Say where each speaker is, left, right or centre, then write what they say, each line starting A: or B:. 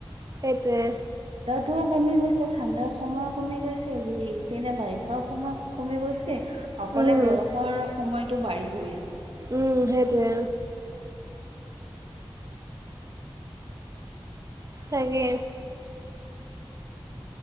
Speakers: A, on the right; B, on the right.
A: সেইটোৱে।
B: টো কমি গৈছে ঠাণ্ডাৰ সময় কমি গৈছে ইপিনে বাৰিষাৰ সময় কমি গৈছে। অকলে
A: উম।
B: গৰমৰ সময়তো বাঢ়ি গৈ আছে।
A: উম সেইটোৱে তাকে